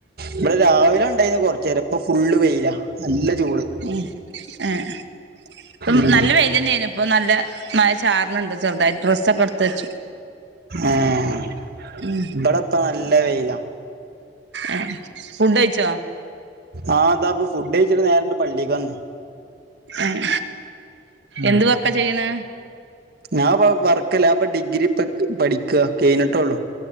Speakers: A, on the right; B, on the right.
A: ഇബടെ രാവിലെ ഉണ്ടായിന്ന് കൊറച്ചേരം ഇപ്പൊ ഫുള്ള് വെയില നല്ല ചൂട്
B: ഉം ആഹ് ഇപ്പം
A: ഉം
B: നല്ല വെയില് തന്നെയാണ് ഇപ്പൊ നല്ല മഴ ചാറനുണ്ട് ചെറുതായി ഡ്രസ്സൊക്കെ എടുത്ത്‌ വെച്ചു
A: ആഹ്
B: ഉം
A: ഇവടപ്പ നല്ല വെയില
B: ഏ ഫുഡ് കഴിച്ചോ
A: ആഹ് ഇതാപ്പൊ ഫുഡ് കഴിച്ചിട്ട് നേരണ്ട് പള്ളിക്ക്‌ വന്ന്
B: ഉം
A: ഉം
B: എന്ത് വർക്ക ചെയ്യണേ
A: ഞാൻ ഇപ്പ വർക്കല്ലാ ഞാഇപ്പം ഡിഗ്രി ഇപ്പ പഠിക്ക കഴിഞ്ഞിട്ടേള്ളു